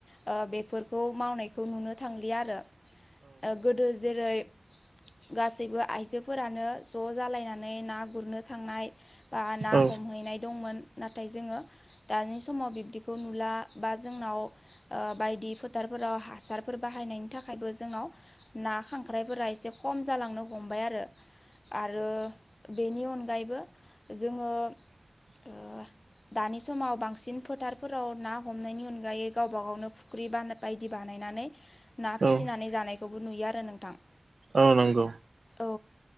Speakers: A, on the left; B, on the right.
A: बा बे खौ मावनायखौ नुनो थांलि आरो ओ गो दो जेरै गासैबो आइजोफोरानो ज' जालायनानै ना गुर गुरनो थांनाय बा ना
B: औ
A: हमहैनाय दंमोन नाथाय जोङो दानि समाव बिब्दिखौ नुला बा जोंनाव बायदि फोथारफोराव हासारफोर बाहायनायनि थाखायबो जोंनाव ना खांख्राइफोरा एसे खम जालांनो हमबाय आरो आरो बेनि अनगायैबो जोङो
B: <inaudible>
A: ओ दानि समाव बांसिन फोथारफोराव ना हमनायनि अनगायै गावबा गावनो फुख्रि बा बायदि बानायनानै ना
B: औ
A: फिसिनानै जानायखौबो नुयो आरो नोंथां।
B: औ नंगौ।
A: औ